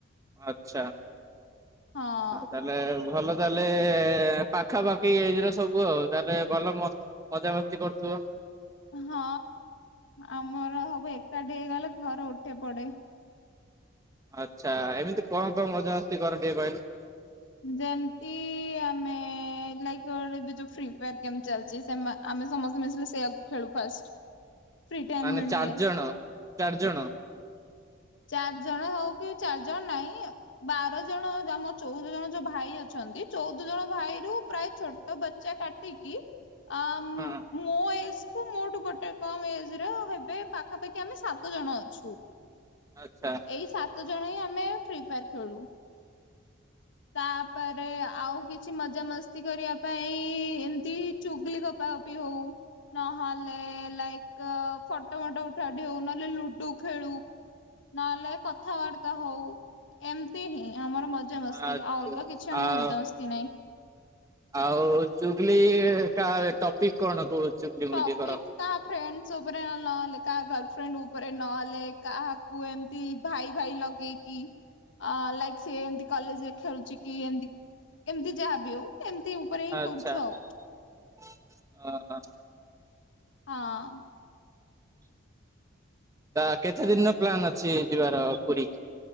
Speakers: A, on the right; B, on the left.
A: ଆଚ୍ଛା।
B: ହଁ।
A: ଆଉ ଭଲ ତାହେଲେ ପାଖାପାଖି ଏଜ ର ସବୁ ଆଉ ତାହେଲେ ଭଲ ମ ମଜାମସ୍ତି କରୁଥିବ।
B: ହଁ ଆମର ସବୁ ଏକାଠି ହେଇଗଲେ ଘର ଉଠେ ପଡେ।
A: ଆଚ୍ଛା ଏମିତି କଁ କଁ ମଜା ମସ୍ତି କର ଟିକେ କହିଲ?
B: ଯେମତି ଆମେ ଲାଇବେ ଯୋଉ ଫି ଫାର ଗେମ୍ ଚାଲିଛି ସେ ଆମେ ସମସ୍ତେ ମିଶିଲେ ସେଆକୁ ଖେଳୁ ଫାଷ୍ଟ ପୁରୀ ଟାଇମ୍
A: ମାନେ
B: ମିଳିଲେ।
A: ଚାରି ଜଣ ଚାରି ଜଣ।
B: ଚାରି ଜଣ ହଉ କି ଚାରି ଜଣ ନାଇଁ। ବାର ଜଣ ଆମ ଚଉଦ ଜଣ ଯୋଉ ଭାଇ ଅଛନ୍ତି ଚଉଦ ଜଣ ଭାଇ ରୁ ପ୍ରାୟ ଛୋ ଛୋଟ ବଚା କାଟିକି ଆ
A: ହଁ
B: ମୋ ଏଜ କୁ ମୋଠୁ ଗୋଟେ କମ ଏଜରେ ହେବେ ପାଖାପାଖି ଆମେ ସାତ ଜଣ ଅଛୁ।
A: ଆଚ୍ଛା।
B: ଏଇ ସାତ ଜଣ ହିଁ ଆମେ ଫ୍ରି ଫାୟାର ଖେଳୁ। ତାପରେ ଆଉ କିଛି ମଜାମସ୍ତି କରିବା ପାଇଁ ଏମିତି ଚୁଗଲି ଗପା ଗପି ହଉ ନହେଲେ ଲାଇକ୍ ଫଟୋ ଫଟ ଉ ଠା ଉଠି ନହେଲେ ଲୁଡୁ ଖେଳୁ ନହେଲେ କ ଥାବାର୍ତ୍ତା ହଉ ଏମିତି ହିଁ ଆମର ମଜା ମସ୍ତି
A: ଆଛା
B: ଆଉ ଅଲଗା କିଛି ଆମର
A: ଆଉ
B: ମଜା ମସ୍ତି ନାହିଁ।
A: ଆଉ ଚୁଗଲି କା ଟପିକ କଣ କହୁ ଚୁଗଲି ମୁୁଗଲି
B: ଟାପିକ୍
A: କର
B: କାହା ଫ୍ରେଣ୍ଡସ୍ ଉପରେ ନହେଲେ କାହା ଗର୍ଲଫ୍ରେଣ୍ଡ ଉପରେ ନହେଲେ କାହାକୁ ଏମ ଭାଇ ଭାଇ ଲଗେଇକି ଅ ଲାଇକ୍ ସିଏ ଏମିତି କଲେଜରେ ଖେଳୁଛି କି ଏମତି କେମିତି ଯାହାବି ହଉ ଏମିତି ଉପରେ ହିଁ
A: ଆଚ୍ଛା
B: କରୁଛୁ ଆଉ
A: ଅ ହୋ।
B: ହଁ।
A: ତା କେତେ ଦିନର ପ୍ଲାନ ଅଛି ଯିବାର ପୁରୀ?